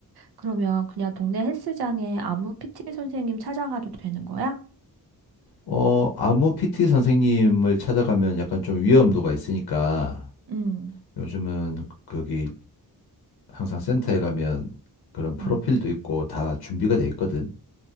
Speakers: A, on the right; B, on the left.
A: 그러면 그냥 동네 헬스장에 아무 PT 선생님 찾아가도 되는 거야?
B: 어, 아무 PT 선생님을 찾아가면 약간 좀 위험도가 있으니까,
A: 음.
B: 요즘은 거기 항상 센터에 가면 그런 프로필도
A: 응.
B: 있고 다 준비가 돼 있거든.